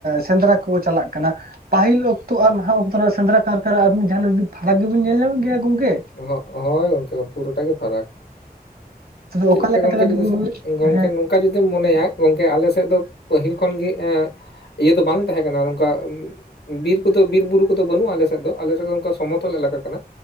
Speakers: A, on the right; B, on the left.
A: ᱥᱮᱸᱫᱽᱨᱟ ᱠᱚ ᱪᱟᱞᱟᱜ ᱠᱟᱱᱟ ᱯᱟᱹᱦᱤᱞ ᱚᱠᱛᱚ ᱟᱨ ᱱᱟᱦᱟᱜ ᱚᱠᱛᱚ ᱨᱮᱱᱟᱜ ᱥᱮᱸᱫᱽᱨᱟ ᱠᱟᱨᱠᱟ ᱨᱮ ᱟᱵᱤᱱ ᱡᱟᱦᱟᱸ ᱡᱫᱤ ᱯᱷᱟᱲᱟᱠ ᱜᱮᱵᱤᱱ ᱧᱮᱞ ᱧᱟᱢᱮᱫ ᱜᱮᱭᱟ ᱜᱚᱝᱠᱮ?
B: ᱦᱳ ᱦᱳᱭ ᱜᱚᱝᱠᱮ ᱯᱩᱨᱟ. ᱴᱟ ᱜᱮ ᱯᱷᱟᱨᱟᱠ᱾
A: ᱛᱚᱵᱮ
B: ᱪᱮᱫ
A: ᱚᱠᱟ
B: ᱞᱮᱠᱟ ᱜᱚᱝᱠᱮ
A: ᱛᱮ
B: ᱡᱩᱫᱟᱹ ᱥᱤᱜ ᱜᱚᱝᱠᱮ
A: ᱦᱮᱸ
B: <inaudible> ᱚᱱᱠᱟ ᱡᱩᱫᱤᱢ ᱢᱚᱱᱮᱭᱟ ᱜᱚᱝᱠᱮ ᱟᱞᱮ ᱥᱮᱫ ᱫᱚ ᱯᱟᱹᱦᱤᱞ ᱠᱷᱚᱱ ᱜᱮ ᱤᱭᱟᱹ ᱫᱚ ᱵᱟᱝ ᱛᱟᱦᱮᱸ ᱠᱟᱱᱟ ᱱᱚᱝᱠᱟ ᱩ ᱵᱤᱨ ᱠᱚᱫᱚ ᱵᱤᱨ ᱵᱩᱨᱩ ᱠᱚᱫᱚ ᱵᱟᱹᱱᱩᱜ-ᱟ ᱟᱞᱮ ᱥᱮᱫ ᱫᱚ ᱟᱞᱮ ᱥᱮᱫ ᱫᱚ ᱚᱱᱠᱟ ᱥᱚᱢᱚᱛᱚᱞ ᱮᱞᱟᱠᱟ ᱠᱟᱱᱟ᱾